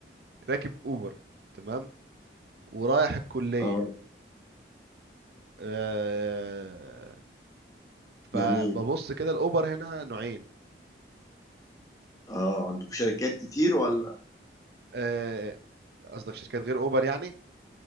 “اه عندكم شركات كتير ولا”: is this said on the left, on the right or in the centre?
Left